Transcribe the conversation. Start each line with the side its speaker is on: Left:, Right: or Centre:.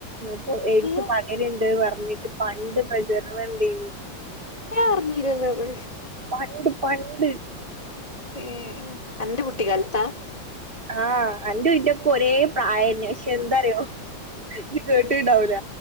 Right: പ്പോ എയ്ഡ്സ്
Left: ഏ
Right: പട ര്ണ്ട് പറഞ്ഞിട്ട് പണ്ട് പ്രചരണംണ്ടേനി
Left: ഞാൻ അറിഞ്ഞീലല്ലോ അത്
Right: പണ്ട് പണ്ട്
Left: ഏഹ് അൻ്റെ കുട്ടികാല്ത്താ
Right: ആഹ് അൻ്റെ ഇന്റെ ഒക്കൊരു ഒരെ പ്രായന്നെ പക്ഷെ എന്താറിയോ ജി കേട്ട്ണ്ടാവൂല